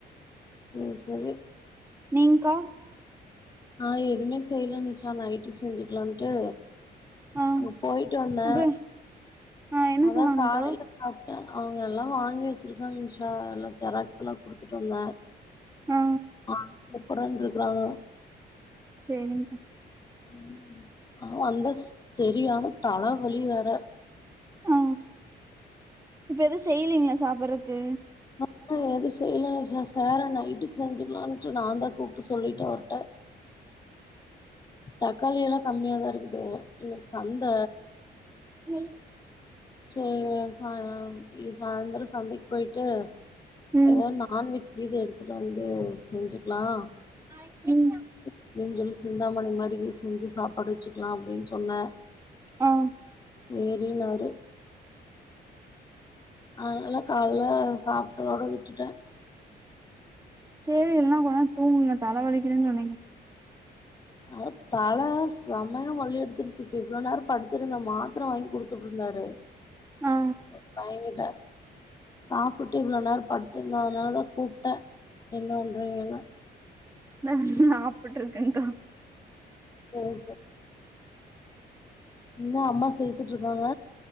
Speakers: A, on the left (about 25°); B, on the right (about 15°).
A: சேர் சேரி
B: நீ்ங்க்கா
A: நா எதுவுமே செய்யல நிச்சா நைட்டுக்கு செஞ்சுக்கலாம் இன்ட்டு
B: ஆ
A: அங்க போயிட்டு வந்தேன்
B: அப்ப ஆ என்ன
A: அதான்
B: சொன்னாங்க்கா
A: காலையில சாப்பிட்டேன் அவுங்கெல்லாம் வாங்கி வச்சிருக்காங்க நிஷா எல்லாம் ஜெராக்ஸ்ல்லாம் குடுத்துட்டு வந்தேன்
B: ஆ
A: ஆ கூப்றனர்க்கறாங்க
B: சேரிங்கா
A: ம் ஆனா வந்து சரியான தலவலி வேற
B: ஆ இப்ப எதுவும் செய்யுலிங்களா சாப்பிறக்கு
A: அப்ப செய்யலாம் செய்யலாம் நைட்டுக்கு செஞ்சுக்கலாம்ட்டு நான் தான் கூப்பிட்டு சொல்லிட்டேன் அவரயிட்ட தக்காளி எல்லாம் கம்மியாதான் இருக்குது இன்னைக்கு சந்த
B: நீ
A: சேரி சாயந்திரம் இ சாய்ந்தரம் சந்தைக்கு போயிட்டு
B: ம்
A: ஏதா நான்வெஜ்ச்சு இது எடுத்துட்டு வந்து செஞ்சுக்கலாம்
B: <inaudible>
A: அப்டின்னு சொல்லி சிந்தாமணி மாரி செஞ்சு சாப்பாடு வச்சுக்கலாம் அப்டின்னு சொன்னே
B: ஆ
A: சேரின்னாரு அதனால காலையில சாப்பிட்டதோடு விட்டுட்டேன்
B: சேரி இல்லன்னா கொஞ்ச நேரோ தூங்குங்க தலை வலிக்குதுன்னு சொன்னிங்க
A: ஆ தலை செமைய வலி எடுத்துருச்சு இப்ப இவ்ளோ நேரம் படிடுத்திருந்தேன் மாத்திர வாங்கி குடுத்துட்டு இருந்தாரு
B: ஆ
A: என் பையங்கிட்டா சாப்பிட்டு இவ்ளோ நேரம் படுத்திருந்தேன் அதனாலதான் கூப்பிட்டேன் என்ன பன்றிங்கன்னு
B: நான் சாப்பிட்டு இருக்கேன்க்கா
A: சேரி இன்னும் அம்மா சிரிச்சுட்டு இருக்காங்க